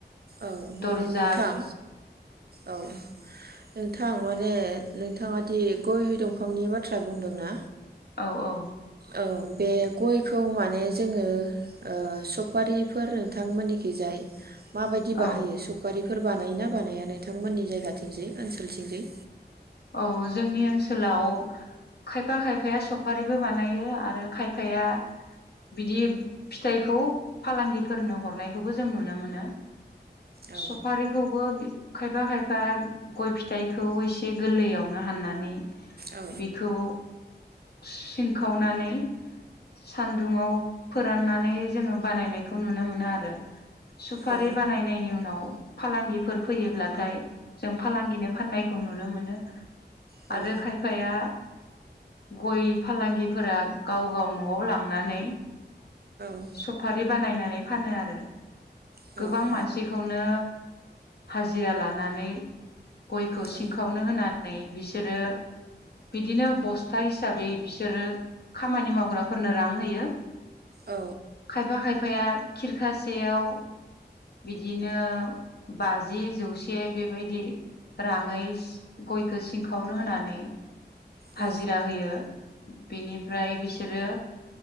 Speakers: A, on the right; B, on the left.
A: औ माने
B: दर्जा
A: नोंथां औ नोंथां माने नोंथाङा दि गय दंफांनि बाथ्रा बुंदोंना?
B: औ औ
A: औ बे गयखौ माने जोङो ओ सपारिफोर नोंथांमोननिखैजाय माबायदि बाहायो
B: औ
A: सुपारि फोर बानायोना बानाया नोंथांमोननि जायगाथिंजै ओनसोलथिंजै?
B: औ जोंनि ओनसोलाव खायफा खायफाया सफारिबो बानायो आरो खायफाया बिदि फिथाइखौ फालांगिफोरनो हरनायखौबो जों नुनो मोनो।
A: औ
B: सफारिखौबो खायफा खायफा गय फिथाइखौ एस ए गोरलैयावनो हाननानै
A: औ
B: बिखौ सिनखावनानै सानदुङाव फोराननानै जोङो बानायनायखौ नुनो मोनो आरो सुपारि
A: औ
B: बानायनायनि उनाव फालांगिफोर फैयोब्लाथाय जों फालांगिनो फाननायखौ नुनो मो नो
A: फाननायखौ
B: आरो खायफाया गय फालांगिफोरा गाव गाव न'आव लांनानै
A: औ
B: सफारि बानायनानै फानो आरो
A: औ
B: गोबां
A: औ
B: मानसिखौनो हाजिरा लानानै गयखौ
A: औ
B: सिंखावनो होना बिसोरो बिदिनो बस्था हिसाबै बिसोरो खामानि मावग्राफोरनो रां होयो।
A: औ
B: खायफा खायफाया खिरखासेयाव बिदिनो बाजि, जौसे बेबायदि राङै गयखौ सिंखावनो होनानै हाजिरा
A: औ
B: होयो बेनिफ्राय बिसोरो